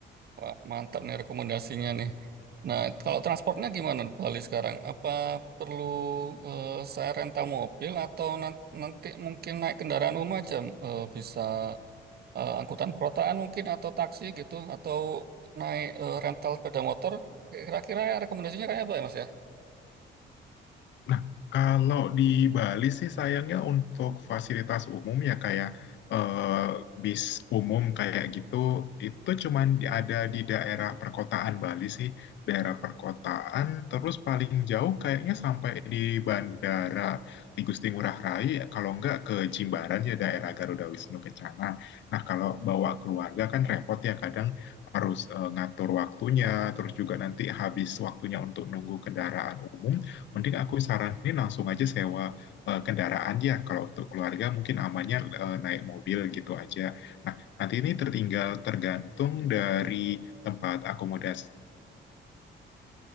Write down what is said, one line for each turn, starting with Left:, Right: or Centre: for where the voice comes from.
Right: Wah, mantap nih rekomendasinya nih. Nah, kalau transportnya gimana di Bali sekarang? Apa perlu eh, saya rental mobil atau nan- nanti mungkin naik kendaraan umum aja eh, bisa eh, angkutan perkotaan mungkin atau taksi gitu atau naik eh, rental sepeda motor kira-kira rekomendasinya kayak apa ya Mas ya?
Left: Nah, kalau di Bali sih sayangnya untuk fasilitas umum ya kayak eh, bis umum kayak gitu, itu cuman di- ada di daerah perkotaan Bali sih. Daerah perkotaan terus paling jauh kayaknya sampai di bandara di Gusti Ngurah Rai, kalau enggak ke Jimbaran ya daerah Garuda Wisnu Kencana. Nah, kalau bawa keluarga kan repot ya kadang harus eh, ngatur waktunya, terus juga nanti habis waktunya untuk nunggu kendaraan umum mending aku saranin langsung aja sewa eh, kendaraan ya. Kalau untuk keluarga mungkin amannya eh, naik mobil gitu aja. Nah, nanti ini tertinggal tergantung dari tempat akomodasi